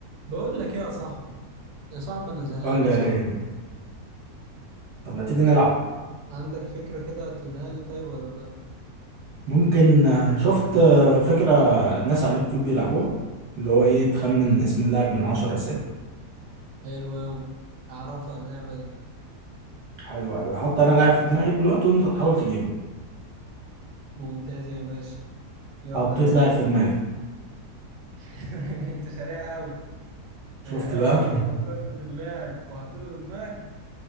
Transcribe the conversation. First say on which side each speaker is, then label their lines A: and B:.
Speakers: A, on the right; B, on the right.
A: بقول لك ايه يا صاحبي يا صاحبي انا زهقان
B: قول لي
A: يا
B: يا
A: صاحبي
B: ريم طب ما تيجي نلعب
A: عندك فكرة كده تقولها لي طيب ولا لا
B: ممكن آه، شفت آه، فكرة الناس على اليوتيوب بيلعبوها اللي هو ايه تخمن اسم اللاعب من عشر أسئلة
A: حلوة أوي اعرفها اللعبة دي
B: حلو أوي هحط أنا لاعب في دماغي دلوقتي وأنت تحاول تجيبه
A: ممتازة يا باشا يلا
B: حطيت
A: يا باشا
B: لاعب في دماغي
A: <laughs> انت سريع أوي يعني
B: شفت
A: لحقت
B: بقى <laughs>
A: فكرت في اللاعب وحطيته في دماغك